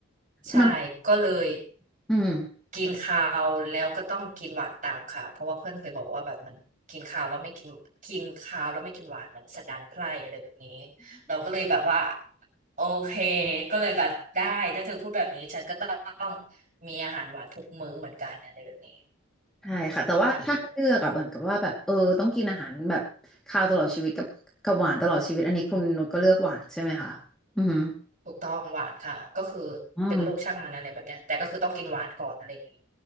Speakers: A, on the right; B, in the centre.
A: ใช่ก็เลย
B: น้ำอืม
A: กินคาวแล้วก็ต้องกินหวานตามค่ะเพราะว่าเพื่อนเคยบอกว่าแบบมันกินคาวแล้วไม่กินกินคาวแล้วไม่กินหวานมันสันดานไพร่อะไรแบบนี้เราก็เลยแบบว่าโอเคก็เลยแบบได้ถ้าเธอพูดแบบนี้ฉันก็ต้องมีอาหารหวานทุกมื้อเหมือนกันอะไรแบบนี้
B: ใช่ค่ะแต่ว่าถ้าให้เลือกอะเหมือนกับว่าแบบเออต้องกินอาหารแบบคาวตลอดชีวิตกับกับหวานตลอดชีวิตอันนี้คุณนุชก็เลือกหวานใช่ไหมคะอืมอหือ
A: อืมถูกต้องหวานค่ะก็คือเป็นลูกช่างมันอะไรแบบเนี้ยแต่ก็คือต้องกินหวานก่อนอะไรอย่างเงี้ย
B: อืม